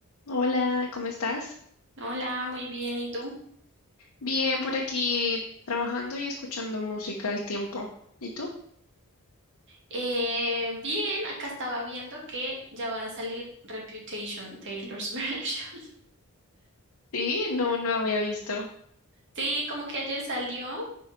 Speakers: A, on the left; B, on the right.
A: Hola, ¿cómo estás?
B: Hola, muy bien. ¿Y tú?
A: Bien, por aquí trabajando y escuchando música al tiempo. ¿Y tú?
B: Eh, bien, acá estaba viendo que ya va a salir Reputation, Taylor's <laughs> Version.
A: Sí, no, no había visto.
B: Sí, como que ayer salió,